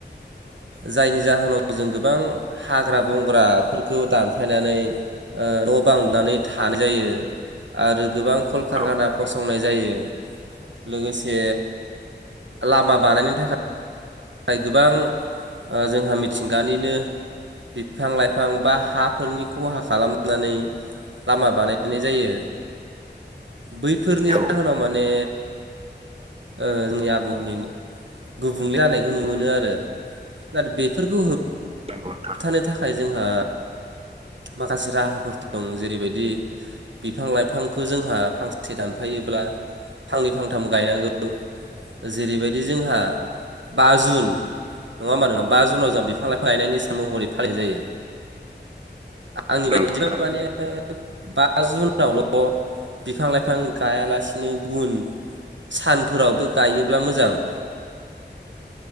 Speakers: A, on the right; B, on the right.
A: जायनि जाहोनाव जों गोबां हाग्रा बंग्राफोरखौ दानफायनानै न' बां लुनानै थानाय जायो आरो गोबां कलकारखाना
B: औ
A: फसंनाय जायो लोगोसे लामा बानायनो थाखाय थाखाय गोबां ओ जोंहा मिथिंगानिनो बिफां लाइफां बा हाफोरनि खहा खालामनानै लामा बानायनाय जायो। बैफोरनि जाहोनाव
B: औ
A: माने ओ आबहावानिनो गुबुंले हानाय नुनो मोनो आरो दा बेफोरखौ
B: नोंगौ नोंथां
A: होबथानो थाखाय जोंहा माखासे राहाफोर दं जेरैबायदि बिफां लाइफांखौ जोंहा फांसे दानफायोब्ला फांनै फांथाम गायनांगौ। जेरैबायदि जोंहा बा जुन नङा होमबा नोंथां मानोना बा जुनाव जों बिफां लाइफां लायनायनि महरै फालिनाय जायो आंनि
B: नंगौ
A: बायदिबा
B: नोंथां
A: माने बा जुनावल' बिफां लाइफां गायालासिनो गुबुन सानफोरावबो गायोब्ला मोजां।